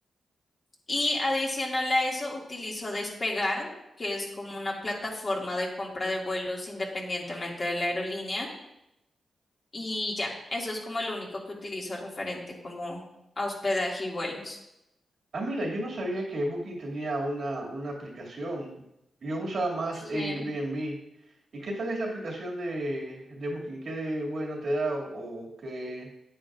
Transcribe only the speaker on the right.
Ah, mira, yo no sabía que Booking tenía una, una aplicación. Yo usaba más
Airbnb. ¿Y qué tal es la aplicación de, de Booking? ¿Qué de bueno te da o, o qué?